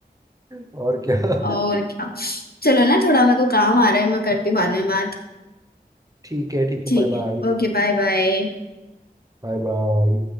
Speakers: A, on the right (about 20°); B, on the left (about 70°).
A: <laughs> और क्या <laughs>
B: और क्या चलो ना थोड़ा मेरे को काम आ रहा है मैं करती हूँ बाद में बात
A: ठीक है ठीक
B: ठीक
A: है बाय
B: है
A: बाय
B: ओके बाय बाय
A: Bye bye